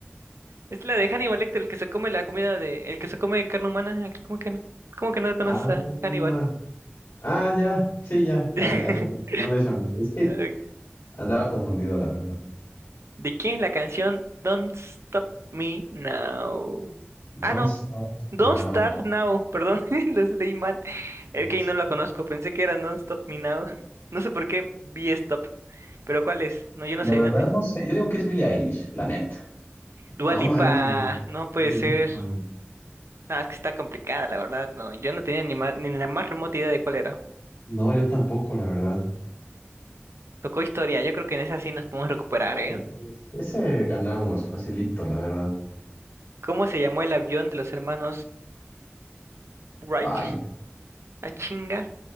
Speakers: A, on the right (about 80°); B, on the left (about 70°).
A: Es la de Hannibal Lecter, el que se come la comida de... El que se come carne humana. el- ¿Cómo que no? ¿Cómo que no conoces
B: Ah,
A: a Hannibal?
B: ah, ya. Sí, ya, ya,
A: <laughs>
B: ya, ya. Ya me sonó. Es que
A: Eh,
B: andaba confundido, la verdad.
A: ¿De quién es la canción Don't Stop Me Now? Ah,
B: Don't
A: no.
B: Stop
A: Don't
B: Now.
A: Start Now. Perdón, <laughs> les leí mal. Ok,
B: No sé.
A: no la conozco. Pensé que era Don't Stop Me Now. No sé por qué vi Stop. Pero ¿cuál es? No, yo no
B: La
A: sé.
B: verdad
A: No te-
B: no sé, yo digo que es Billie Eilish, la neta.
A: Dua
B: No
A: Lipa.
B: manches,
A: No puede
B: Dua Lipa.
A: ser. No, es que está complicada, la verdad, no. Yo no tenía ni, ma- ni la más remota idea de cuál era.
B: No, yo tampoco, la verdad.
A: Tocó historia, yo creo que en esa sí nos podemos recuperar,
B: Eh,
A: ¿eh?
B: sí, sí. Ese ganamos, facilito, la verdad.
A: ¿Cómo se llamó el avión de los hermanos Wright?
B: Ay.
A: ¿A chinga?